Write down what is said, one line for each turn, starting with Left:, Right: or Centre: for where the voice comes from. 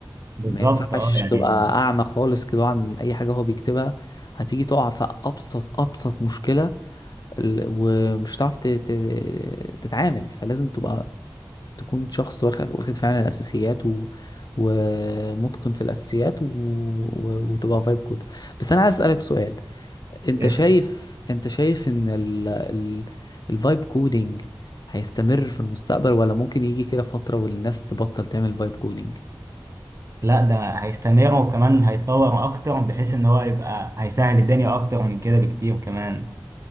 Right: بالظبط
Left: ما ينفعش
Right: اه يعني
Left: تبقى اعمى خالص كده عن اي حاجة هو بيكتبها هتيجي تقع في ابسط ابسط مشكلة ال- ومش هتعرف ت- ت- تتعامل فلازم تبقى تكون شخص واخ- واخد فعلا الاساسيات و... ومتقن في الاساسيات و... و... وتبقى فايب كودر بس انا عايز اسالك سؤال انت
Right: اسأل.
Left: شايف انت شايف ان ال... ال... الفايب كودينج هيستمر في المستقبل ولا ممكن يجي كده فترة والناس تبطل تعمل فايب كودينج
Right: لا ده هيستمر وكمان هيتطور اكتر بحيث ان هو يبقى هيسهل الدنيا اكتر من كده بكتير كمان